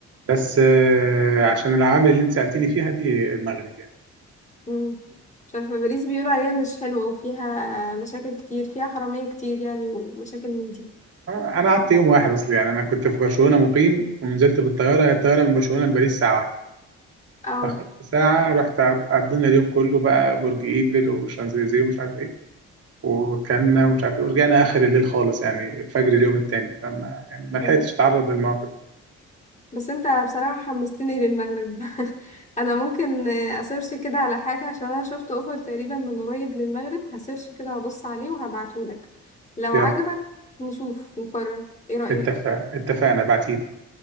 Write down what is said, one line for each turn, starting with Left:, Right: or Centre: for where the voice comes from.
Right: بس آه، عشان العوامل اللي انت سالتني فيها دي المغرب يعني
Left: امم مش عارفة باريس بيقولوا عليها مش حلوة وفيها مشاكل كتير فيها حرامية كتير يعني ومشاكل من دي
Right: آه، انا قعدت يوم واحد اصلي يعني انا كنت في برشلونه مقيم ونزلت بالطياره هي الطياره من برشلونه لباريس ساعه واحدة.
Left: اه
Right: أخدت ساعة رحت عد- عدينا اليوم كله بقى برج إيفل وشانزليزيه ومش عارف إيه وكنا ومش عارف إيه ورجعنا آخر الليل خالص يعني فجر اليوم التاني فما يعني ما لحقتش
Left: امم
Right: أتعرض للمواقف
Left: بس انت بصراحة حمستني للمغرب <laughs> انا ممكن اسيرش كده على حاجة عشان انا شفت اوفر تقريبا من قريب للمغرب هسيرش كده هبص عليه وهبعتهولك لو
Right: يلا
Left: عجبك نشوف نقرر ايه رأيك
Right: اتفق اتفقنا بعتيلي